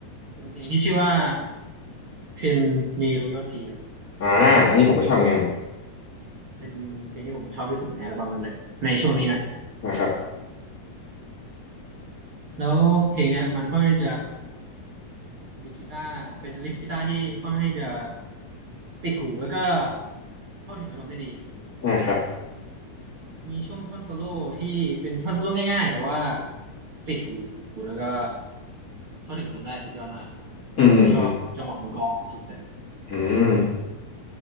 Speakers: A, on the right; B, on the left.
A: เป็นเพลงที่ชื่อว่า Pen Ni Royalty ครับ
B: อ่าอันนี้ผมก็ชอบเหมือนกัน
A: เป็นเพลงที่ผมชอบที่สุดในอัลบั้มนั้นเลยในช่วงนี้นะ
B: นะครับ
A: แล้วเพลงเนี้ยมันค่อนข้างจะมีกีตาร์เป็นลิฟกีตาร์ที่ค่อนข้างจะติดหูแล้วก็เข้าถึงอารมณ์ได้ดี
B: นะครับ
A: มีช่วงท่อนโซโล่ที่เป็นท่อนโซโล่ง่ายๆแต่ว่าติดหูแล้วก็เข้าถึงอารมณ์ได้สุดยอดมาก
B: อืมอืมอืม
A: แล้วผมก็ชอบจังหวะของกลองสุดๆเลย
B: อืม